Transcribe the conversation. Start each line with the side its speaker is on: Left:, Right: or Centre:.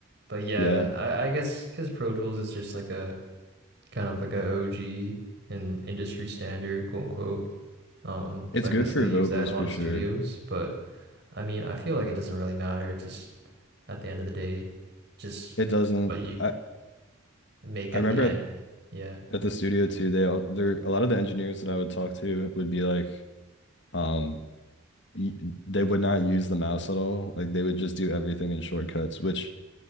Right: but yeah,
Left: Yeah.
Right: I, I guess because Pro Tools is just like a kind of like a OG and industry standard, quote unquote. Um, so
Left: It's
Right: I
Left: good
Right: guess
Left: for
Right: they use
Left: vocals
Right: that in a
Left: for
Right: lot of
Left: sure.
Right: studios, but I mean, I feel like it doesn't really matter. Just at the end of the day, just
Left: It doesn't
Right: what you
Left: I
Right: make
Left: I
Right: at
Left: remember
Right: the end.
Left: at,
Right: Yeah.
Left: at the studio too, they all there a lot of the engineers that I would talk to would be like um y- they would not use the mouse at all. Like they would just do everything in shortcuts, which